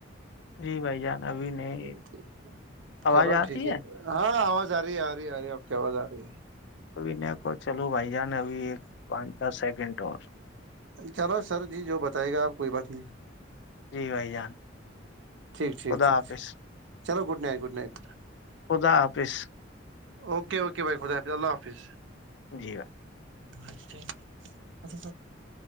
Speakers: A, on the left; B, on the right.
A: جی بھائی جان ابھی نہیں
B: یک
A: آواز
B: چلو
A: آ رہی
B: ٹھیک ہے ہاں آواز آ رہی ہے آ رہی ہے آ رہ ہے آپ کی آواز آ رہی ہے
A: ابھییک چلو بھائی جان ابھی ایک پانچ دس سیکنڈ اور
B: چلو سر جی جو بتائے گا آپ کوئی بات نہیں
A: جی بھ جان
B: ٹھیک ٹھیک
A: خدا
B: ٹھیک
A: حافظ
B: ٹھیک چلو گڈ نائٹ گڈ نائٹ
A: خدا حافظ
B: اوکے اوکے بھائی خد حافظ اللہ حافظ
A: جی بات
B: اچ